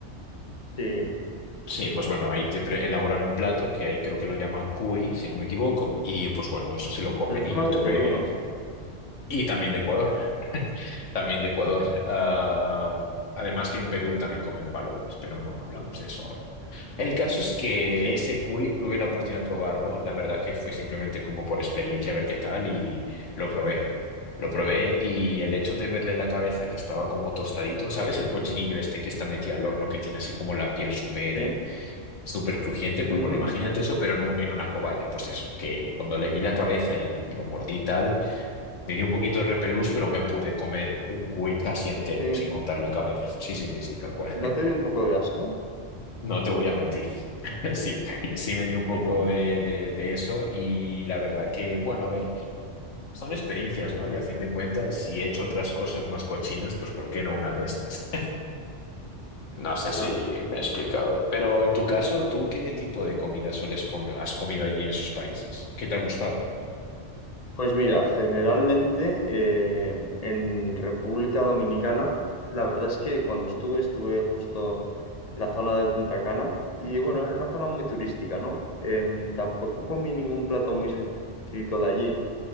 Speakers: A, on the left; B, on the left.
A: Sí,
B: Sí, pues bueno, ahí te pre- elaboran un plato que ahí creo que lo llaman cuy, si no me equivoco, y pues bueno, eso se lo comen
A: pero eso
B: y
A: es
B: yo
A: más
B: tuve,
A: de Perú, ¿no?
B: y también de Ecuador, también de Ecuador. Ah, además que en Perú también comen palomas, pero no hablamos de eso ahora. El caso es que
A: Sí,
B: ese cuy tuve la oportunidad de probarlo, la verdad que fue simplemente como por experiencia a ver qué tal y lo probé. Lo probé y el hecho de verle la cabeza que estaba como tostadito, ¿sabes? El cochinillo este que está metido al horno, que tiene así como la piel súper
A: sí,
B: súper crujiente, pues
A: ujú,
B: bueno, imagínate eso, pero en, un- en una cobaya, pues eso, que cuando le vi la cabeza y lo mordí y tal, me dio un poquito de repelús, pero me pude comer un cuy casi entero,
A: sí.
B: sin contar la cabeza. Sí, sí, sí, sí, tal cual.
A: ¿No
B: <laughs>
A: te dio un poco de asco?
B: No te voy a mentir. <laughs> Sí, sí me dio un poco
A: Sí, ¿no?
B: de, de, de eso y la verdad que, bueno, a ver, son experiencias, ¿no? Y a fin de cuentas, si he hecho otras cosas más cochinas, pues ¿por qué no una de estas? No sé
A: Claro.
B: si me he explicado, pero en tu caso, ¿tú qué tipo de comida sueles comer, has comido allí en esos países? ¿Qué te ha gustado?
A: Pues mira, generalmente eh, en República Dominicana, la verdad es que cuando estuve, estuve justo en la zona de Punta Cana y bueno, era una zona muy turística, ¿no? Em, tampoco comí ningún plato muy específico de allí,